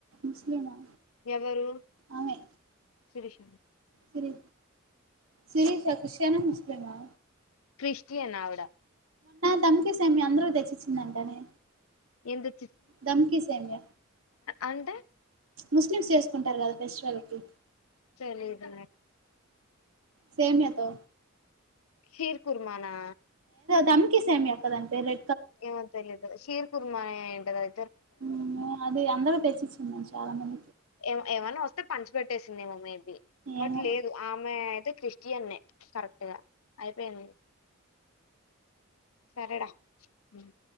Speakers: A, on the right; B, on the left.
A: ముస్లిమా
B: ఎవరు
A: ఆమె
B: శిరీష
A: సిరి శిరీష క్రిస్టియన్ ఆ ముస్లిం ఆ
B: క్రిస్టియన్ అవిడ
A: తమ్కి సేమియా అందరికీ తెచ్చిచ్చిందంట నే
B: ఎందు
A: దమ్కి సేమ్య
B: అంటే
A: ముస్లిమ్స్ చేసుకుంటారు కదా ఫెస్టివల్ కి
B: తెలీదు నా
A: సేమ్యా తో
B: కీర్ కుర్మానా
A: తమ్కి సేమ్మా అక్క దానిపేరే
B: ఏమో తెలీదు శీర్ కుర్మా ఏ టదై
A: మ్ ఓ అది అందరూ తెచ్చిచ్చిందని చె కణం
B: ఏం ఏమైనా వస్తే పంచి పెెట్టేసిందేమో మేబి బట్
A: ఏమో
B: లేదు ఆమె అయితే క్రిస్టియన్ కరెక్ట్ గా అయిపోయింద సరేడా హమ్